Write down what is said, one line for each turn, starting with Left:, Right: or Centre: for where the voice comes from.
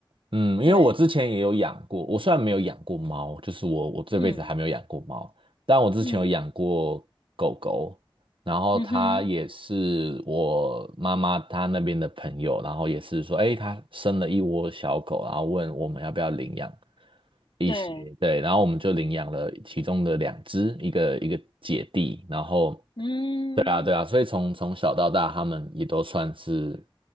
Right: 嗯，因为我之前也有养过，
Left: 对，
Right: 我虽然没有养过猫，就是我我这辈子还没有养过猫，
Left: 嗯
Right: 但我之前有养过狗狗，
Left: 嗯
Right: 然后它也是我妈妈她那边的朋友，
Left: 嗯哼，
Right: 然后也是说，哎，她生了一窝小狗，然后问我们要不要领养，一些，
Left: 对，
Right: 对，然后我们就领养了其中的两只，一个一个姐弟，然后，
Left: 嗯，
Right: 对啊，对啊，所以从从小到大，他们也都算是